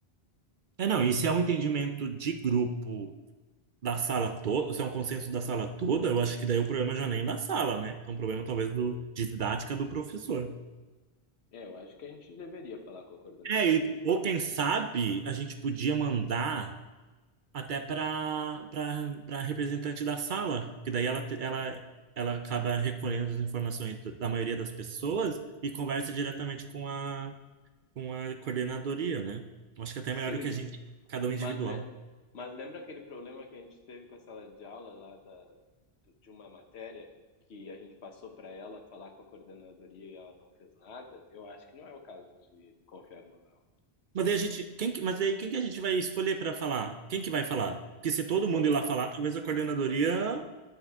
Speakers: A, on the right; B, on the left.
A: É, não, e se é um entendimento de grupo da sala toda, se é um consenso da sala toda, eu acho que daí o problema já nem é da sala, né? É um problema talvez do, de didática do professor.
B: é, eu acho que a gente deveria falar com a coordenadoria.
A: É, e, ou quem sabe a gente podia mandar. até para para representante da sala, porque daí ela, te- ela, ela acaba recolhendo as informações da da maioria das pessoas e conversa diretamente com a, com a coordenadoria, né? Acho que até
B: Sim,
A: é melhor do que a gente, cada um
B: Mas,
A: individual.
B: le- mas lembra aquele problema que a gente teve com a sala de aula lá da, do- de uma matéria que a gente passou para ela falar com a coordenadoria e ela não fez nada? Eu acho que não é o caso de confiarmos, não.
A: Mas aí a gente, quem, que- mas aí quem que a gente vai escolher para falar? Quem que vai falar? Porque se todo
B: Bom,
A: mundo ir lá falar, talvez a coordenadoria